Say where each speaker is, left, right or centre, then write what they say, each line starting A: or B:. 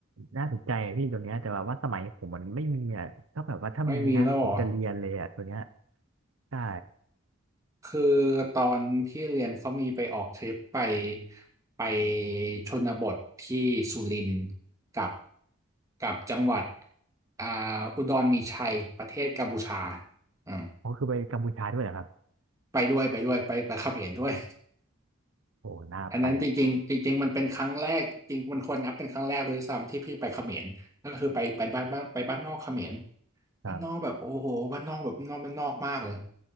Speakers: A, on the right; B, on the right.
A: น่าสนใจอะพี่ตัวเนี้ยแต่ว่าสมัยผมมันไม่มีอ่ะถ้าแบบว่าถ้ามีนะผมจะเรียนเลยอ่ะตัวเนี้ย
B: ไม่มีแล้วเหรอ
A: ใช่
B: คือตอนพี่เรียนเขามีไปออกทริปไปไปชนบทที่สุรินทร์กับกับจังหวัดอ่าอุดรมีชัยประเทศกัมพูชาอ่า
A: เขาคือไปกัมพูชาด้วยเหรอครับ
B: ไปด้วยไปด้วยไปไปเขมรด้วย
A: โอ้น่าไปอ่ะ
B: อันนั้นจริงๆจริงๆมันเป็นครั้งแรกจริงมันควรนับเป็นครั้งแรกเลยซ้ำที่พี่ไปเขมรก็คือไปไปบ้านบ้านไปบ้านนอกเขมร
A: ครับ
B: บ้านนอกแบบโอ้โหบ้านนอกแบบนอกบ้านนอกมากเลย